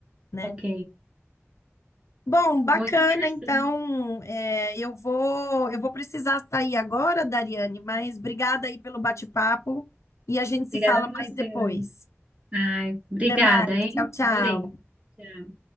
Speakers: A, on the left; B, on the right.
A: né?
B: Ok.
A: Bom, bacana,
B: Muito interessante.
A: então, é, eu vou, eu vou precisar sair agora, Dariane, mas obrigada aí pelo bate-papo e a gente se
B: Obrigada
A: fala
B: a você.
A: mais depois.
B: Ai, obrigada,
A: Até mais,
B: hein?
A: tchau, tchau.
B: Adorei. Tchau.